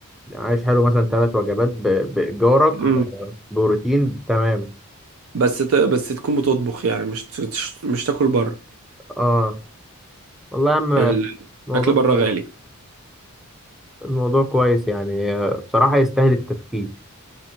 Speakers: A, in the centre; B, on the right.
A: يعني عايش حلو مثلا ثلاث وجبات ب- بإيجارك
B: مم.
A: ب- بروتين تمام
B: بس ت... بس تكون بتطبخ يعني مش تش... مش تاكل بره
A: آه والله يا عم
B: الاكل
A: الموضوع
B: بره
A: كويس
B: غالي
A: الموضوع كويس يعني آه، بصراحة يستاهل التفكير